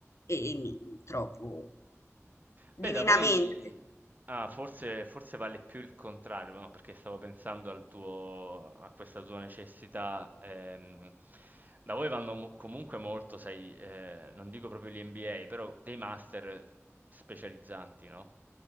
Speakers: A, on the left (about 65°); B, on the right (about 35°).
A: e mi trovo divinamente,
B: Beh, da voi ah, forse, forse vale più il contrario, no? Perché stavo pensando al tuo, a questa tua necessità. ehm, da voi vanno mo- comunque molto, sai, eh, non dico proprio gli MBA, però dei master specializzanti, no?